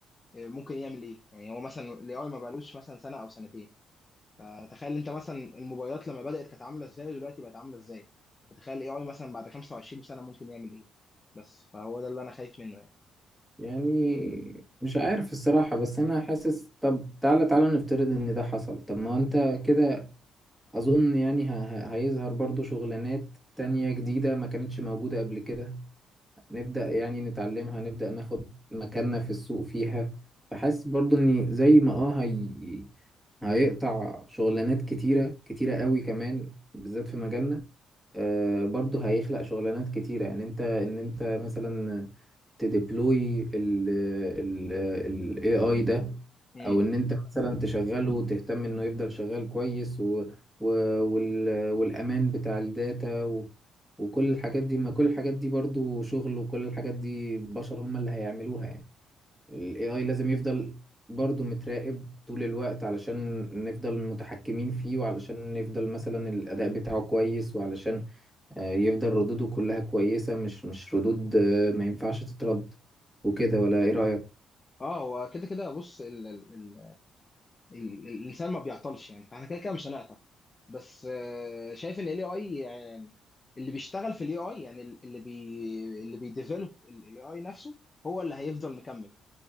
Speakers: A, on the left (about 25°); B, in the centre.
A: ممكن يعمل ايه يعني هو مثلا الاي اي ما بقالوش مثلا سنه او سنتين فتخيل انت مثلا الموبايلات لما بدأت كانت عامله ازاي ودلوقتي بقت عامله ازاي فتخيل الاي اي مثلا بعد 25 سنه ممكن يعمل ايه بس فهو ده اللي انا خايف منه يعني
B: يعني مش عارف الصراحة بس انا حاسس طب تعالى تعالى نفترض ان ده حصل طب ما هو انت كده أظن يعني ه- ه- هيظهر برضو شغلانات تانية جديدة ما كانتش موجودة قبل كده نبدأ يعني نتعلمها نبدأ ناخد مكاننا في السوق فيها فحاسس برضو إن زي ما اه هي... هيقطع شغلانات كتيرة كتيرة قوي كمان بالذات في مجالنا آه برضو هيخلق شغلانات كتيرة يعني انت ان انت مثلا تديبلوي ال ال ال AI ده
A: امم
B: او ان انت مثلا تشغله وتهتم انه يفضل شغال كويس و و وال والامان بتاع الداتا و وكل الحاجات دي ما كل الحاجات دي برضو شغل وكل الحاجات دي البشر هم اللي هيعملوها يعني ال AI لازم يفضل برضو متراقب طول الوقت علشان نفضل متحكمين فيه وعلشان نفضل مثلا الأداء بتاعه كويس وعلشان آه، يفضل ردوده كلها كويسة مش مش ردود آه، ما ينفعش تترد وكده ولا ايه رأيك؟
A: اه هو كده كده بص ال ال ال ال الانسان ما بيعطلش يعني فاحنا كده كده مش هنعطل بس آه، شايف ان الاي اي يعني اللي بيشتغل في الاي اي يعني اللي بي اللي بيديفلوب الاي اي نفسه هو اللي هيفضل مكمل